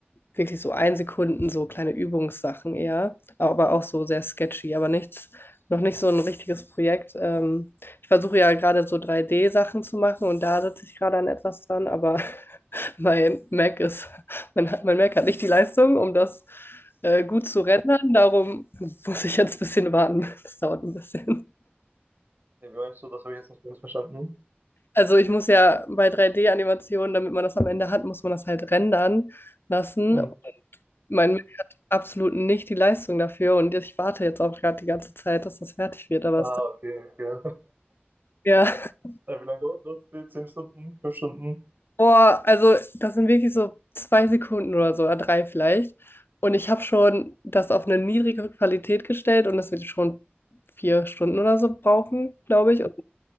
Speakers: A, on the left; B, on the right.
A: wirklich so ein Sekunden, so kleine Übungssachen eher, aber auch so sehr sketchy, aber nichts, noch nicht so ein richtiges Projekt. Ähm, ich versuche ja gerade so 3D-Sachen zu machen und da sitze ich gerade an etwas dran, aber <laughs> mein Mac ist, mein, mein Mac hat nicht die Leistung, um das äh, gut zu rendern. Darum muss ich jetzt ein bisschen warten. <laughs> Das dauert ein bisschen.
B: Ja, wie meinst du, das habe ich jetzt nicht ganz verstanden.
A: Also ich muss ja bei 3D-Animationen, damit man das am Ende hat, muss man das halt rendern lassen.
B: Mhm.
A: Mein Mac hat absolut nicht die Leistung dafür und ich warte jetzt auch gerade die ganze Zeit, dass das fertig wird, aber
B: Ah,
A: es dauert.
B: okay, okay.
A: Ja, <laughs>
B: Äh, wie lange dauert das? Die Zehn Stunden? Fünf Stunden?
A: boah, also das sind wirklich so zwei Sekunden oder so, oder drei vielleicht. Und ich habe schon das auf eine niedrige Qualität gestellt und das wird schon vier Stunden oder so brauchen, glaube ich. Und